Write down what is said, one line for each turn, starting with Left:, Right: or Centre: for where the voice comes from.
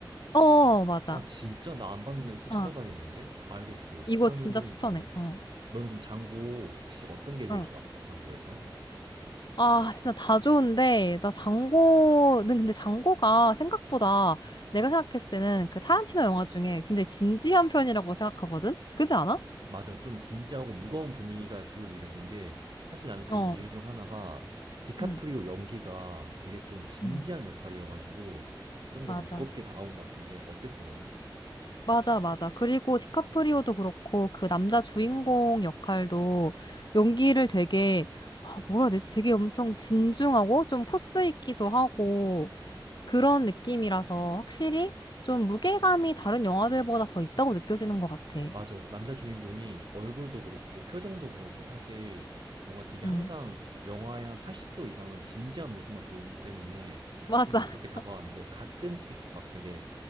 Left: 어, 맞아.
Right: 아 진짜? 나 안 봤는데 꼭 찾아봐야겠는데?
Left: 어,
Right: 알겠어.
Left: 이거
Right: 그러면은
Left: 진짜 추천해.
Right: 어. 어.
Left: 어,
Right: 너는 그럼 장고 혹시 어떤 게 제일
Left: 어.
Right: 좋았어? 장고에서?
Left: 아, 진짜 다 좋은데, 나 장고는 근데 장고가 생각보다 내가 생각했을 때는 그 타란티노 영화 중에 굉장히 진지한 편이라고 생각하거든? 그지 않아?
Right: 맞아. 좀 진지하고 무거운 분위기가 주를 이루는 게 사실 나는 그
Left: 어.
Right: 이유 중 하나가 디카프리오
Left: 응
Right: 연기가 되게 좀 진지한
Left: 응
Right: 역할이어가지고 좀 더
Left: 맞아.
Right: 무겁게 다가온 것 같은데 어땠어 너는?
Left: 맞아, 맞아. 그리고 디카프리오도 그렇고, 그 남자 주인공 역할도 연기를 되게, 아, 뭐라 해야 되지? 되게 엄청 진중하고, 좀 포스 있기도 하고, 그런 느낌이라서 확실히 좀 무게감이 다른 영화들보다 더 있다고 느껴지는 것 같아.
Right: 맞아. 남자 주인공이 얼굴도 그렇고 표정도 그렇고 사실 뭔가 되게 항상
Left: 응.
Right: 영화의 한 80% 이상은 진지한 모습만 보여주기 때문에
Left: 맞아.
Right: 좀 무겁게
Left: <laughs>
Right: 다가왔는데 가끔씩 막 되게